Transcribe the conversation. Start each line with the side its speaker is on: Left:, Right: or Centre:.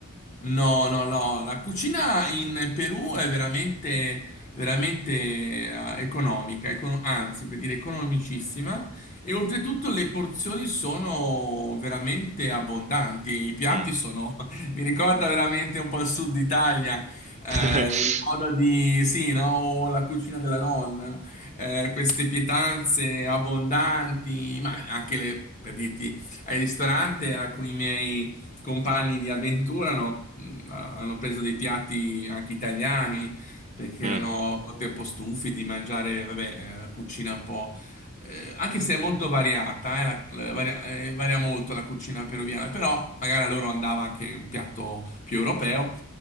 Left: No, no, no, la cucina in Perù è veramente, veramente eh, economica, econo- anzi, per dire economicissima, e oltretutto le porzioni sono veramente abbondanti, i piatti
Right: Mm.
Left: sono, <laughs> mi ricorda veramente un po' il sud Italia, eh,
Right: <laughs>
Left: il modo di, sì, no, o la cucina della nonna, eh, queste pietanze abbondanti, ma anche le, per dirti, ai ristoranti alcuni miei compagni di avventura hanno, mh, hanno preso dei piatti anche italiani perché
Right: Mm,
Left: erano a volte un po' stufi di mangiare, vabbè, eh, cucina un po'. eh, anche se è molto variata, eh, la- la- varia, eh, varia molto la cucina peruviana, però magari a loro andava anche un piatto più europeo